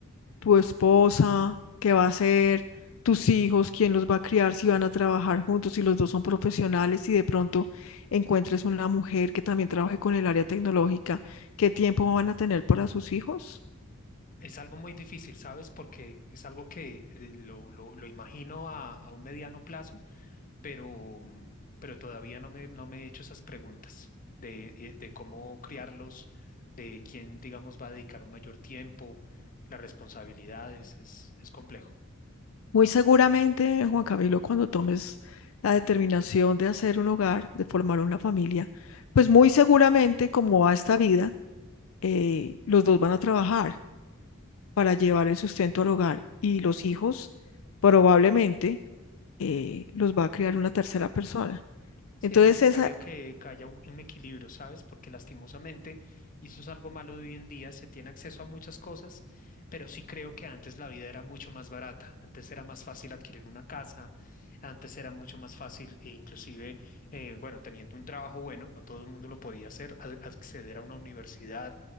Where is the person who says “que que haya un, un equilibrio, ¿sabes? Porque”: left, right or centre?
Left